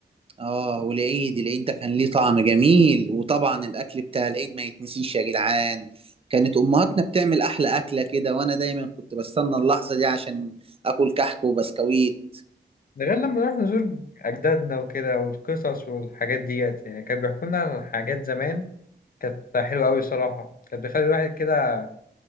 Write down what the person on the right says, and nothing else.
اه والعيد العيد ده كان ليه طعم جميل وطبعا الاكل بتاع العيد ما يتنسيش يا جدعان كانت امهاتنا بتعمل احلى اكله كده وانا دايما كنت بستنى اللحظه دي عشان اكل كحك وبسكويت